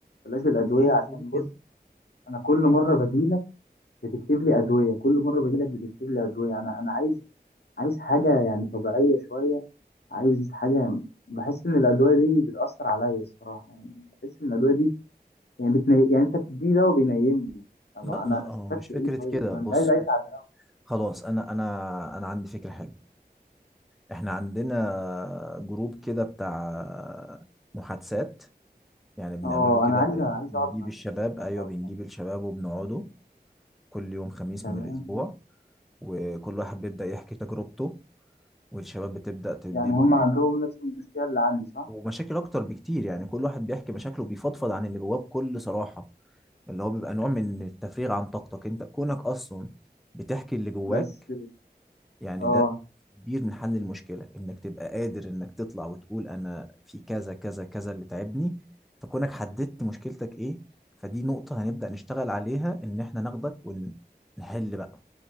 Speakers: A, on the left; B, in the centre.
A: بلاش الأدوية
B: ليه
A: عشان
B: ليه
A: بص
B: كده
A: أنا كل مرة بجيلك بتكتب لي أدوية كل مرة بجيلك بتكتب لي أدوية أنا أنا عايز عايز حاجة يعني طبيعية شوية عايز حاجة يعني، بحس إن الأدوية دي بتأثر عليا الصراحة يعني بحس إن الأدوية دي يعني بتني... يعني أنت بتديني دواء بينيمني طب
B: لا
A: أنا
B: لا هو
A: استفدت
B: مش فكرة
A: إيه طيب
B: كده
A: ما أنا
B: بص
A: مش عايز أعيش
B: بص
A: على
B: خلاص أنا أنا أنا عندي فكرة حلوة إحنا عندنا جروب كده بتاع محادثات يعني بنعمله
A: اه
B: كده
A: انا عايز
B: ب-
A: عايز
B: بنجيب
A: اقعد مع
B: الشباب
A: ناس
B: أيوه
A: عايز اقعد
B: بنجيب
A: مع
B: الشباب وبنقعدوا كل يوم خميس
A: تمام
B: من الأسبوع
A: حلو
B: وكل واحد بيبدأ يحكي تجربته والشباب بتبدأ تديله
A: يعني هم عندهم نفس المشكله اللي عندي صح
B: ومشاكل اكتر بكتير يعني كل واحد بيحكي مشاكله بيفضفض عن اللي جواه بكل صراحة اللي هو بيبقى نوع من التفريغ عن طاقتك انت كونك اصلا بتحكي اللي جواك
A: بس
B: يعني
A: اه
B: ده كبير من حل المشكلة انك تبقى قادر انك تطلع وتقول انا في كذا كذا كذا اللي تعبني فكونك حددت مشكلتك ايه فدي نقطة هنبدأ نشتغل عليها ان احنا ناخدك ونحل بقى